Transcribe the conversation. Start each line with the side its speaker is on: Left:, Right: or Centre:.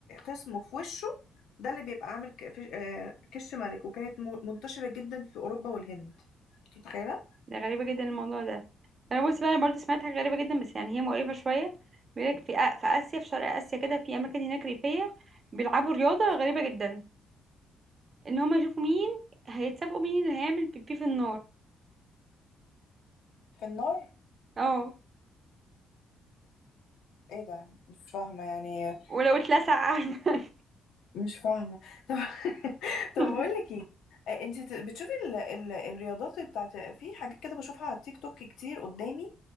Left: خصمه في وشه ده اللي بيبقى عامل ك- في- آه، كش ملك وكانت م- منتشرة جدا في أوروبا والهند أنت متخيلة
Right: ده غريبة جدا الموضوع ده انا بص بقى انا برضو سمعت حاجة غريبة جدا بس يعني هي مقرفة شوية بيقولك في آ- في آسيا في شرق آسيا كده في أماكن هناك ريفية بيلعبوا رياضة غريبة جدا ان هما يشوفوا مين هيتسابقوا مين اللي هيعمل بيبي في النار
Left: في النار
Right: اه
Left: ايه ده مش فاهمة يعني
Right: ولو اتلسع عارفة
Left: مش فاهمة طب <laughs> طب
Right: <laughs>
Left: بقول لك ايه آه، انت ت- بتشوفي ال... ال... الرياضات بتاعت في حاجات كده بشوفها على التيك توك كتير قدامي